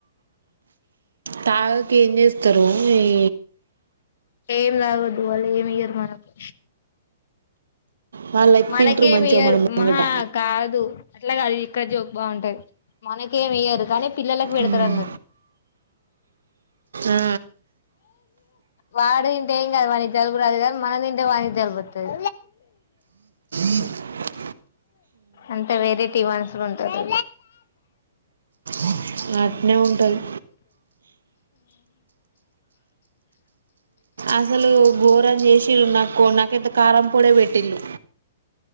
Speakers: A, on the right; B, on the left.
A: తాగక ఏం చేస్తారు ఈ
B: ఏం తాగొద్దు వాళ్ళ ఏమి ఇయరు మనకు
A: వాళ్ళైతే
B: మనకేమీ
A: తింటారు మంచిగా
B: ఈయరు
A: మన ముంగట
B: మహా కాదు అట్లాగాదు ఇక్క జోక్ బాగుంటాయి మనకేం వెయ్యారు కానీ పిల్లలకు పెడతారు
A: మ్మ్.
B: అన్నట్టు
A: ఆ.
B: వాడు తేంగాదు వానికి జలుబు రాదు గాని మనం తింటే వానికి జలుబు వొత్తది
A: అ
B: అంత వెరైటీ మన్సులు ఉంటారు
A: ఉ అట్నే ఉంటది అసలు బోరాం చేసిురూ నాకు నాకైతే కారంపొడే పెట్టిల్లు